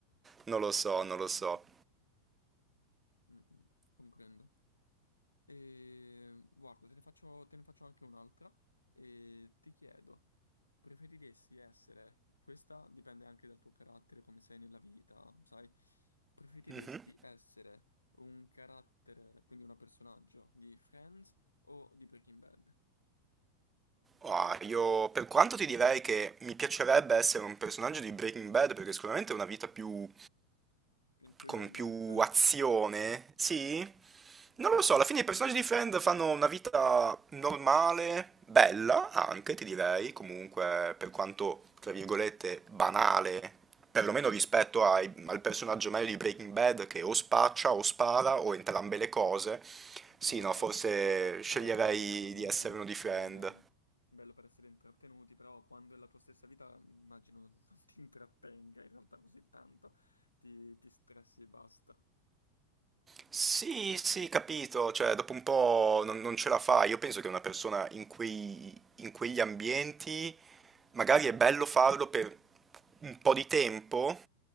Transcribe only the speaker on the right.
non lo
so,
non lo so.
Mhm.
Ah, io per quanto ti direi che mi piacerebbe essere un personaggio di Breaking Bad perché sicuramente è una vita più
con più azione, sì? Non lo so, alla fine i personaggi di Friend fanno una vita normale, bella anche, ti direi, comunque per quanto, tra virgolette, banale, perlomeno rispetto ai- al personaggio medio di Breaking Bad che o spaccia o spara o entrambe le cose.
Sì,
no, forse
sceglierei
di essere
uno di Friend.
Sì, sì, capito, cioè dopo un po' non, non ce la fa. Io penso che una persona in quei- in quegli ambienti magari è bello farlo per un po' di tempo